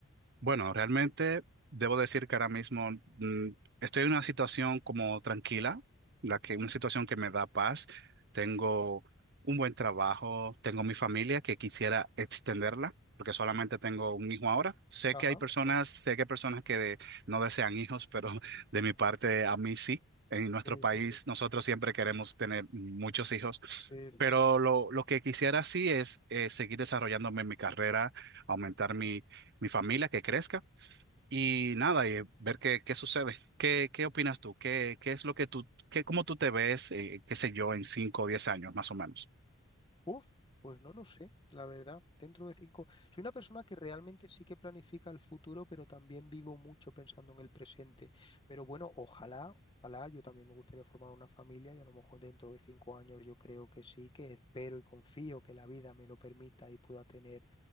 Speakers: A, on the right; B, on the left.
A: Bueno, realmente debo decir que ahora mismo mm, estoy en una situación como tranquila, la
B: Mm.
A: que una situación que me da paz. Tengo un buen trabajo, tengo mi familia que quisiera extenderla, porque solamente
B: Ujú.
A: tengo un hijo ahora. Sé
B: Ajá,
A: que hay personas,
B: sí,
A: sé que hay personas que de- no desean hijos, pero <laughs> de mi parte a mí sí. En nuestro
B: sí,
A: país
B: sí, sí,
A: nosotros siempre queremos tener muchos hijos,
B: sí, sí,
A: pero
B: sí.
A: lo, lo que quisiera sí es eh, seguir desarrollándome en mi carrera, aumentar mi familia, que crezca y nada, y ver qué, qué sucede. ¿Qué, qué opinas tú? ¿Qué, qué es lo que tú, qué, cómo tú te ves, eh, qué sé yo, en 5 o 10 años, más o menos?
B: Uf, pues no lo sé, la verdad. Dentro de cinco. Soy una persona que realmente sí que planifica el futuro, pero también vivo mucho pensando en el presente. Pero bueno, ojalá, ojalá, yo también me gustaría formar una familia y a lo mejor dentro de cinco años yo creo que sí, que espero y confío que la vida me lo permita y pueda tener